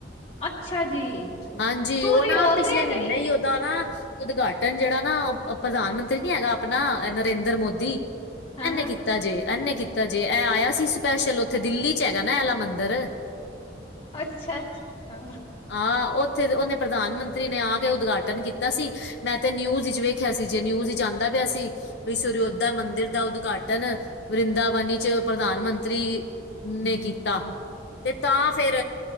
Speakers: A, on the left; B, on the left.
A: ਅੱਛਾ ਜੀ।
B: ਹਾਂਜੀ,
A: ਸੂਰਯੋਦੈ
B: ਉਹ ਨਾ ਪਿਛਲੇ ਮਹੀਨੇ
A: ਨਹੀਂ,
B: ਹੀ ਦਾ ਨਾ, ਉਦਘਾਟਨ ਜਿਹੜਾ ਨਾ ਉਹ ਪ੍ਰਧਾਨ ਮੰਤਰੀ ਨੀ ਹੈਗਾ ਆਪਣਾ ਨਰਿੰਦਰ ਮੋਦੀ ਇਹਨੇ
A: ਹਾਂ
B: ਕੀਤਾ ਜੇ, ਐਨੇ ਕੀਤਾ ਜੇ, ਇਹ ਆਇਆ ਸੀ ਸਪੈਸ਼ਲ ਉੱਥੇ ਦਿੱਲੀ ਚ ਹੈਗਾ ਨਾ ਇਹਲਾ ਮੰਦਿਰ।
A: ਅੱਛਾ-ਅੱਛ ਹਾਂ।
B: ਹਾਂ ਉਹ ਉਥੇ ਉਹਨੇ ਪ੍ਰਧਾਨ ਮੰਤਰੀ ਨੇ ਆ ਕੇ ਉਦਘਾਟਨ ਕੀਤਾ ਸੀ ਮੈਂ ਤੇ ਨਿਊਜ਼ ਵਿੱਚ ਵੇਖਿਆ ਸੀ ਜੇ ਨਿਊਜ਼ ਆਦਾ ਪਿਆ ਸੀ। ਵੀ ਸੋਰਯੋਧਿਆ ਮੰਦਿਰ ਦਾ ਉਦਘਾਟਨ, ਵਰਿੰਦਾਵਨੀ ਚ ਪ੍ਰਧਾਨ ਮੰਤਰੀ ਨੇ ਕੀਤਾ। ਤੇ ਤਾਂ ਫੇਰ